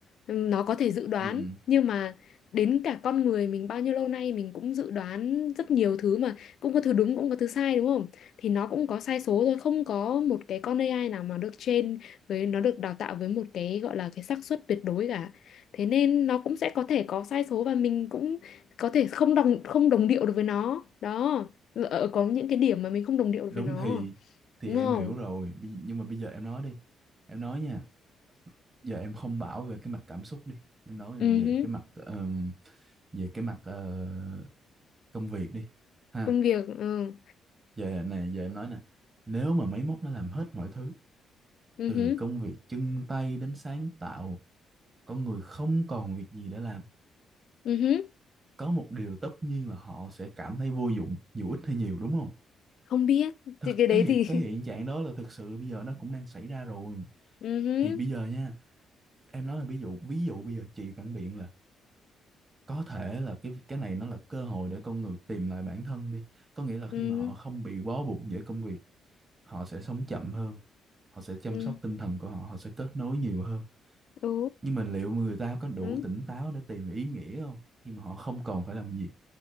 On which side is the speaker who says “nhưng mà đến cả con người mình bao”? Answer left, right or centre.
Left